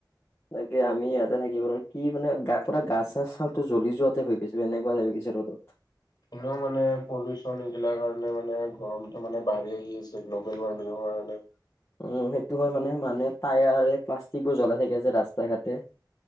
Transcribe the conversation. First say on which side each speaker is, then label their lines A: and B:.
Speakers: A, on the left (about 35°); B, on the left (about 60°).
A: তাকে আমি, ইয়াতে থাকিব <unintelligible> কি মানে, গা পূৰা গা-চা চবটো জ্বলি যোৱাতে হৈ গৈছে, এনেকুৱা লাগিছে ৰ'দত।
B: এনেও মানে, পলিউশ্যন এইগিলাৰ কাৰণে, মানে গৰমটো মানে, বাঢ়ি আহি আছে! গ্ল'বেল ৱাৰ্মিঙৰ কাৰণে।
A: উম, সেইটো হয়, মানে! মানুহে, টায়াৰে প্লাষ্টিক বোৰ জ্বলাই থাকে যে, ৰাস্তায়ে-ঘাটে।